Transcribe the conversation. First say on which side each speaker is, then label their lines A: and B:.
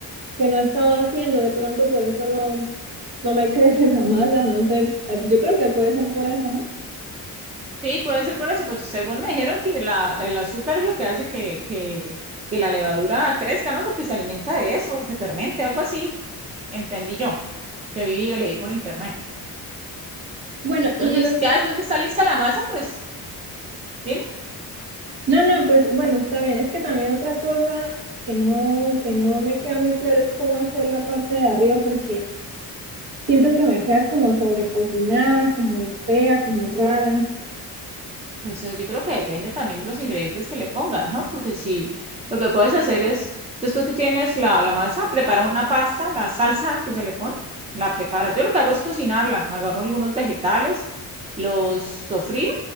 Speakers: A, on the right; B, on the right.
A: que no he estado haciendo, de pronto por eso no, no me <laughs> crece la masa, no sé, yo creo que puede ser por eso, ¿no?
B: Sí, puede ser por eso, pues según me dijeron que la, el azúcar es lo que hace que, que, que la levadura crezca, ¿no? Porque se alimenta de eso, se fermente, algo así, entendí yo, que viví o leí por internet.
A: Bueno,
B: Entonces,
A: y luego,
B: ya después que está lista la masa, pues dime.
A: no, no, pues bueno, está bien, es que también otra cosa que no, que no me queda muy claro es cómo hacer la parte de arriba, porque siento que me queda como sobrecocinada, como fea, como rara.
B: Pues eh, yo creo que depende también de los ingredientes que le pongas, ¿no? Porque si lo que puedes hacer es, después que tienes la, la masa, prepara una pasta, la salsa que se le pone, la prepara. Yo lo que hago es cocinarla, agarro algunos vegetales, los sofrío,